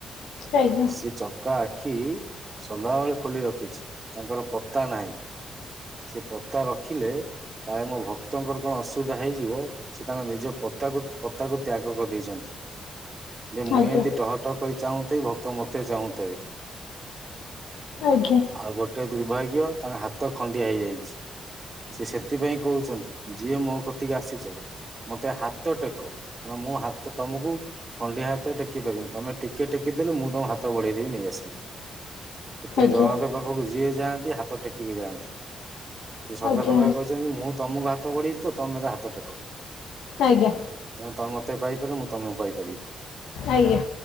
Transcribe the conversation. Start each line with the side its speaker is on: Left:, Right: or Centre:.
Left: ଆଜ୍ଞା। ଆଜ୍ଞା
Right: ସେ ଚକା ଆଖି ସଦାବେଳେ ଖୋଲି ରଖିଛି ତାଙ୍କର ପତା ନାହିଁ ସେ ପତା ରଖିଲେ କାଳେ ମୋ ଭକ୍ତଙ୍କର କଣ ଅସୁବିଧା ହେଇଯିବ। ସେ ତାଙ୍କ ନିଜ ପତାକୁ ପତାକୁ ତ୍ୟାଗ କରିଦେଇଛନ୍ତି। ଯେ ମୁଁ
Left: ଆଜ୍ଞା।
Right: ଏମିତି ଟହ ଟହ କରି ଚାହୁଁଥିବି ଭକ୍ତ ମତେ ଚାହୁଁଥିବେ।
Left: ଆଜ୍ଞା।
Right: ଆଉ ଗୋଟେ ଦୁର୍ଭାଗ୍ୟ ତାଙ୍କ ହାତ ଖଣ୍ଡିଆ ହେଇଯାଇଛି ସେ ସେଥିପାଇଁ କହୁଛନ୍ତି। ଯିଏ ମୋ କତିକି ଆସିଛ ମତେ ହାତ ଟେକ ମୁଁ ହାତ ତମକୁ ଖଣ୍ଡିଆ ହାତରେ ଟେକି ପାରିବିନି ତମେ ଟିକେ ଟେକିଦେଲେ ମୁଁ ତମ ହାତ ବଢେଇଦବି ନେଇଆସିବି। ସେଥିପାଇଁ
Left: ଆଜ୍ଞା।
Right: ଜଗନ୍ନାଥ ପାଖକୁ ଯିଏ ଯାଆନ୍ତି ହାତ ଟେକିକି ଯାଆନ୍ତି। ସେ ସଦା
Left: ଆଜ୍ଞା
Right: ସଦା କହିଛନ୍ତି ମୁଁ ତମକୁ ହାତ ବଢେଇଛି ତ ତମେ ହାତ ଟେକ।
Left: ଆଜ୍ଞା।
Right: ତେଣୁ ତମେ ମତେ ପାଇପାରିବ ମୁଁ ତମକୁ ପାଇପାରିବି।
Left: ଆଜ୍ଞା।